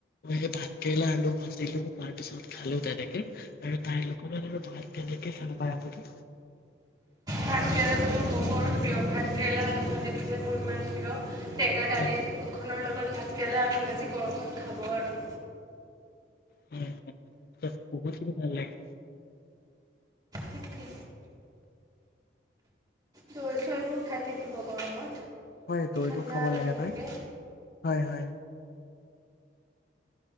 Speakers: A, on the left (about 55°); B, on the right (about 20°).
A: মই সেই ভাতকেৰেলা আলু ভাজিলো তাৰ পিছত খালো তেনেকে আৰু তাইৰ লগোন আৰু ভাত কেনেকে খালাপায় আপুনি
B: ভাতকেৰেলাটো মোৰ বহুত প্ৰিয় ভাতকেৰেলা আলু ভাজিটো যে মোৰ ইমান প্ৰিয় টেঙা দালিৰখনৰ
A: হয়
B: লগত ভাত কেৰেলে আলু ভাজি গৰমত খাব আৰু
A: হয় ত খুবই ভাল লাগে
B: তাকে চৈ চৈবোৰ খাই থাকিব গৰমত
A: হয় দৈটো
B: ঠাণ্ডা
A: খাব
B: লাগি
A: লাগে নাই
B: থাকে
A: হয় হয়